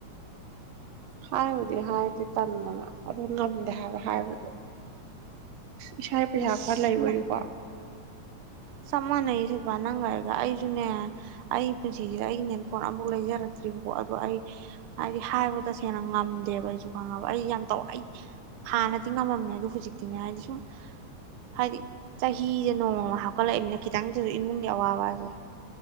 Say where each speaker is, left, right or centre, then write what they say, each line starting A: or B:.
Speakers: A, on the right; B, on the right.
A: ꯍꯥꯏꯕꯨꯗꯤ ꯍꯥꯏꯗꯤ ꯇꯟꯗꯅ ꯑꯗꯨ ꯉꯝꯗꯦ ꯍꯥꯏꯕ ꯍꯥꯏꯕꯗꯨ ꯏꯁꯥꯒꯤ ꯄꯩꯁꯥ
B: ꯑꯁ
A: ꯈꯔ ꯂꯩꯕꯔꯤꯀꯣ
B: ꯆꯞ ꯃꯥꯟꯅꯩ ꯁꯤꯜꯄ ꯅꯪꯒꯥꯏꯒ ꯑꯩꯁꯨꯅꯦ ꯑꯩꯒꯤ ꯄꯨꯟꯁꯤꯁꯤꯗ ꯑꯩꯒꯤꯅꯦ ꯐꯣꯟ ꯑꯃꯨꯛ ꯂꯩꯖꯔꯒꯦ ꯠꯇ꯭ꯔꯤꯕꯀꯣ ꯑꯗꯣ ꯑꯩ ꯍꯥꯏꯗꯤ ꯍꯥꯏꯕ ꯇꯁꯦꯡꯅ ꯉꯝꯗꯦꯕ ꯑꯩꯁꯨ ꯈꯪꯉꯕ ꯑꯩ ꯌꯥꯝ ꯇꯧꯔ ꯑꯩ ꯍꯥꯟꯅꯗꯤ ꯉꯝꯃꯝꯃꯦ ꯑꯗꯨ ꯍꯧꯖꯤꯛꯇꯤꯅꯦ ꯍꯥꯏꯗꯤ ꯁꯨꯝ ꯍꯥꯏꯗꯤ ꯆꯍꯤꯁꯦ ꯅꯣꯡꯃꯄ ꯍꯧꯀꯠꯂꯛꯏꯕꯅ ꯈꯤꯇꯪꯗꯁꯨ ꯏꯃꯨꯡꯒꯤ ꯑꯋꯥꯕꯁꯦ